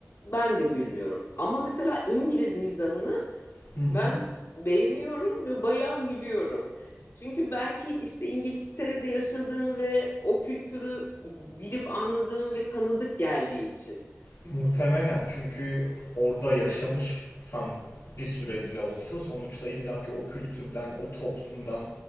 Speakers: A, on the left (about 55°); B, on the left (about 80°).
A: ben de gülmüyorum. Ama mesela İngiliz mizahını
B: Hı hı.
A: ben beğeniyorum ve bayağı gülüyorum. Çünkü belki işte İngiltere'de yaşadığım ve o kültürü bilip anladığım ve tanıdık geldiği için.
B: muhtemelen çünkü orada yaşamışsan bir süre bile olsa sonuçta illaki o kültürden, o toplumdan,